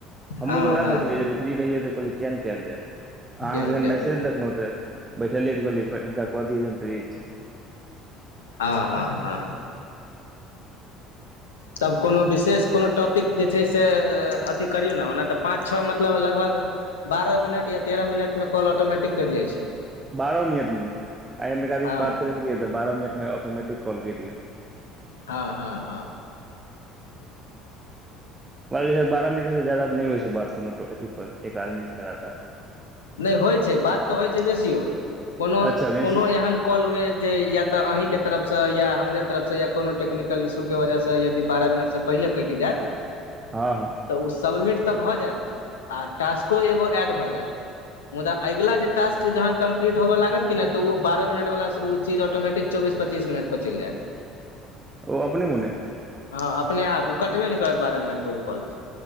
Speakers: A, on the right; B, on the left.
A: हमहू
B: हँ
A: तऽएह
B: हँ
A: देखलियै
B: हँ
A: रहियै त कहलै किया नहि कयल जाय अहाँकेँ
B: किया नहि
A: जखन
B: कयल
A: मैसेज
B: जाय
A: देखलहुँ तऽ बैठलिय कहियै हिनका कऽ दियैन फ्रिज
B: आ हँ हँ तब कोनो विशेष कोनो टॉपिक जे छै से अथि करियौ ने ओना तऽ पाँच छओ मतलब मतलब लगभग बारह मिनट या तेरह मिनट मे कॉल ऑटोमेटि कऽ करटि जाइ छै
A: बारह मिनट मे आक
B: हँ
A: बात कर रहि तऽ बारह मिनट मे ऑटोमटि कऽ कॉल ग
B: हँ हँ
A: बारह मिनट जादाा नहि होइ छै बात कोनो अी पर एक आदमी लगातार
B: नहि होइ छै बात त होइ छै बेसियो कोनो
A: अच्छा बेसी
B: कोनो एहन कॉल हुए जे या तऽ अहीके तरफसँ या हमे तरफसँ या कोनो टेक्निकल इश्यू के वजहसँ यदि बारह मिनटसँ पहिले कटि जायत।
A: ह ह
B: त ओ सबमिट तऽ भऽ जायत आ टास्को एगो एड भऽ जायत मुदा अगिला जे टास् जन कम्पलीट होबऽ लत कि नहि तऽ ओ बारह मिनट वला चीज ऑटोमेटिकऽ चौबीस पच्चीस मिनट चलि जायत
A: ओ अपने मने।
B: ह अपने आप ओ कटबे नहि करत बारह मिनट पर ओ कॉल